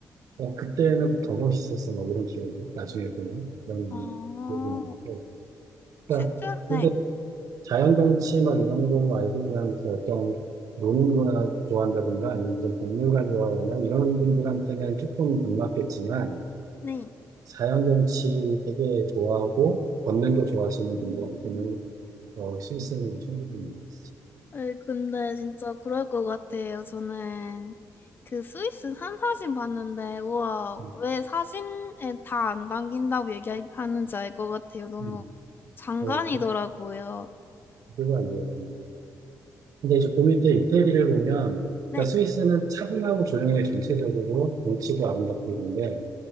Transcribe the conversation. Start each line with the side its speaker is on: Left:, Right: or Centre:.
Right: 어, 그때는 더 멋있었어, 막 이런 기억이. 나중에 보면 그런
Left: 아,
Right: 기억이 나니까. 그러니까,
Left: 실제로 네,
Right: 근데 자연경치 막 이런 거 말고 그냥 그 어떤 노는 거나 좋아한다든가 아니면 무슨 박물관 좋아하거나 이런 분들한테는 조금 안 맞겠지만
Left: 네.
Right: 자연경치 되게 좋아하고 걷는 거 좋아하시는 분들한테는 어, 스위스는 충분히 있어.
Left: 아니, 근데 진짜 그럴 것 같아요. 저는 그 스위스 산 사진 봤는데, 우와,
Right: 음,
Left: 왜 사진에 다 안 담긴다고 얘기하는지 알 것 같아요. 너무
Right: 음.
Left: 장관이더라고요.
Right: 어, 그- 그거가 안 돼요. 근데 이제 그 밑에 이태리를 보면,
Left: 네.
Right: 그러니까 스위스는 차분하고 조용해 전체적으로 경치도 아름답고 있는데,